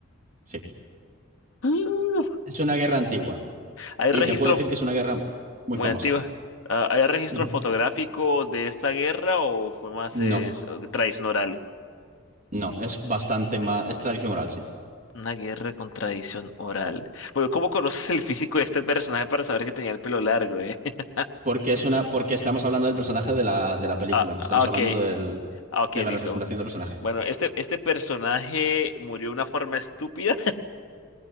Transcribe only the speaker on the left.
Mm.
¿Hay
registro
Muy
antigua. Ah, ¿hay registro
fotográfico de esta guerra o fue más
eh, s- tradición oral?
Una guerra con tradición oral. Bueno, ¿cómo conoces el físico de este personaje para saber que tenía el pelo largo, eh? <laughs>
Ah, ah,
ok.
Ah, ok,
listo.
Bueno, este, este personaje murió de una forma estúpida.